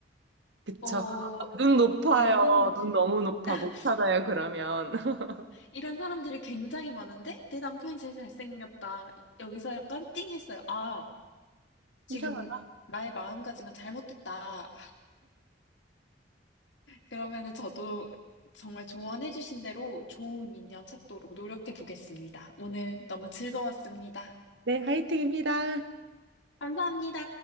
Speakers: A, on the right; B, on the left.
A: 그쵸?
B: 어,
A: 눈 높아요.
B: 이런 사람이
A: 눈 너무 높아.
B: <laughs>
A: 못 찾아요, 그러면. <laughs>
B: 이런 사람들이 굉장히 많은데 내 남편이 제일 잘생겼다. 여기서 약간 띵 했어요. 아, 지금
A: 이상하네.
B: 나의 마음가짐은 잘못됐다. 그러면은 저도 정말 조언해 주신 대로 좋은 인연 찾도록 노력해 보겠습니다. 오늘 너무 즐거웠습니다.
A: 네, 하이팅입니다.
B: 감사합니다.